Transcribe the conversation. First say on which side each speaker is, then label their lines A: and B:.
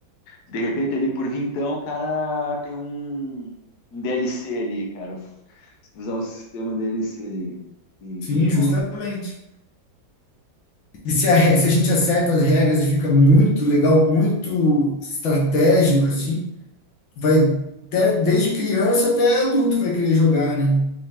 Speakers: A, on the left (about 60°); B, on the left (about 80°).
A: De repente ali por vintão o cara tem um, um DLC ali, cara. Usar o sistema DLC ali de,
B: Sim,
A: de jogos.
B: justamente. E se a, re- se a gente acerta as regras e fica muito legal, muito estratégico assim, vai até, desde criança até adulto vai querer jogar, né?